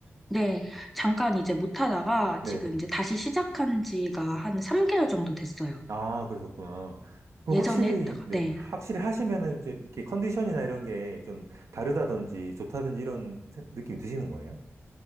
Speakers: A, in the centre; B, on the right (about 70°).
A: 네, 잠깐 이제 못 하다가
B: 네네.
A: 지금 이제 다시 시작한 지가 한 3개월 정도 됐어요.
B: 아, 그러셨구나. 그럼
A: 예전에
B: 확실히
A: 했다가,
B: 네,
A: 네.
B: 확실히 하시면은 이제 이렇게 컨디션이나 이런 게 좀 다르다든지 좋다든지 이런 느낌이 드시는 거예요?